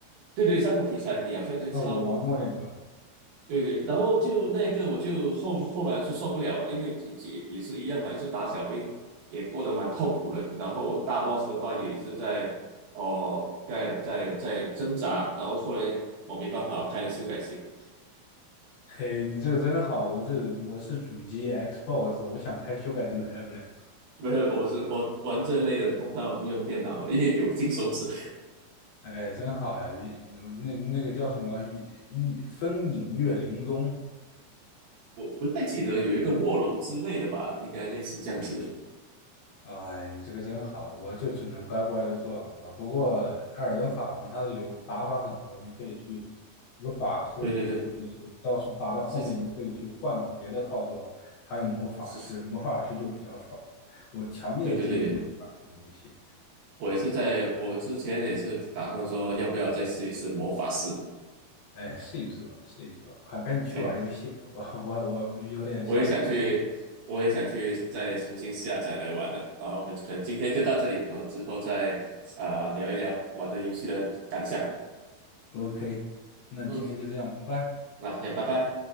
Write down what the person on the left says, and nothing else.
那我玩过那个，
嘿，你这个真好。我是我是主机 Xbox，我想开修改机都开不了。
哎，真好呀！玉那那个叫什么玉玉风影月灵踪
这个东西，
哎，这个真好，我就只能乖乖的坐牢了。不过艾尔登法环它的流打法很多，你可以去有法师、
武士这些，到时打到后面你可以去换别的套装，
还有魔法师，
魔法师就比较爽。我强烈建议你去玩这个游戏，
哎，试一试吧，试一试吧，快赶紧去玩游戏吧我我我有点想上厕所。
OK，那今天就这样，
拜拜。